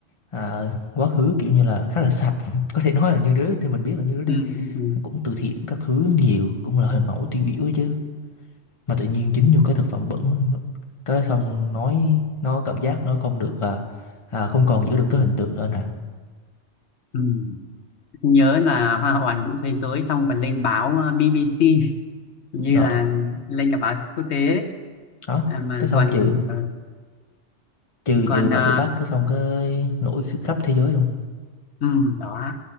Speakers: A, on the left; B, on the left.
A: à, quá khứ kiểu như là khá là sạch <laughs> có thể nói là như đứa thì mình biết là như đứa đi
B: ừ, ừ, ừ.
A: cũng từ thiện các thứ nhiều cũng là hình mẫu tiêu biểu ấy chứ mà tự nhiên dính vô cái thực phẩm bẩn cái xong nói nó cảm giác nó không được à, à, không còn giữ được cái hình tượng nữa nè
B: ừ. Nhớ là hoa hậu hoàn vũ thế giới xong còn lên báo ờ, BBC hình như
A: đó,
B: là lên cả báo quốc tế ấy.
A: đó.
B: à, mà
A: cái xong
B: còn
A: trừ
B: ừ,
A: trừ
B: đấy. còn
A: trừ bà
B: ờ,
A: bị bắt cái xong cái nổi khắp thế giới luôn
B: ừ, đó